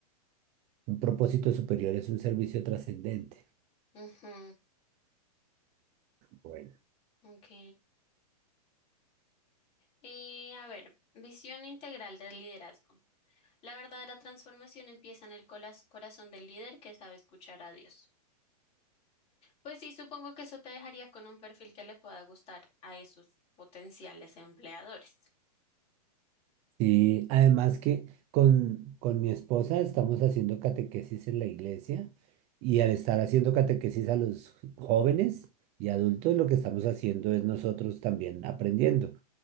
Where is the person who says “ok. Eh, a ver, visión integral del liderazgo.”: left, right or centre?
Left